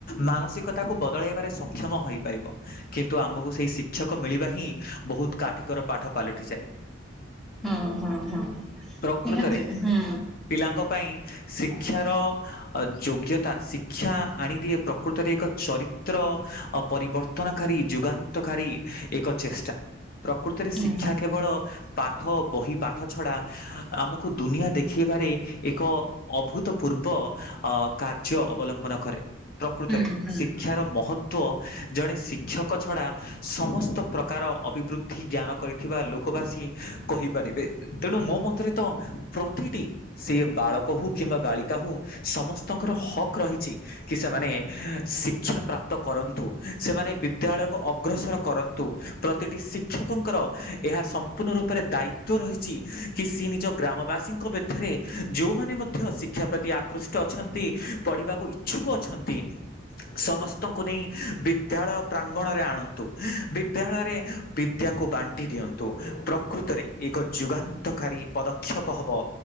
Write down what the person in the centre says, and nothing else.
ହୁଁ ହୁଁ ହୁଁ
ନିହାନ୍ତି ହୁଁ
ହୁଁ
ହୁଁ ହୁଁ